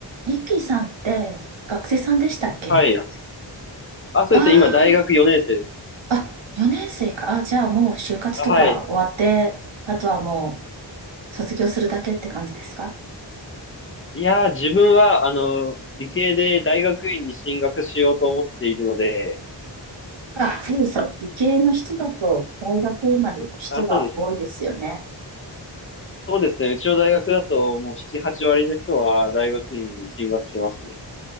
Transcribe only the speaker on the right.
リキさんって学生さんでしたっけ
あ
あー、あ、4年生か。あ、じゃあもう就活とか終わって、
あとはもう卒業するだけって感じですか
あ、そうですよ。理系の人だと大学院まで行く人が多いですよね。